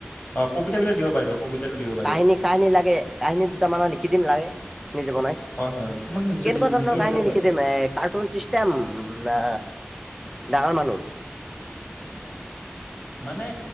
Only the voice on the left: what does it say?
অ, কবিতাবিলাক দিব পাৰিবা। কবিতাটো দিব পাৰিবা।
হয় হয় হয় তোমাৰ নিজৰ
নিজৰ
হ'লে হয়
মানে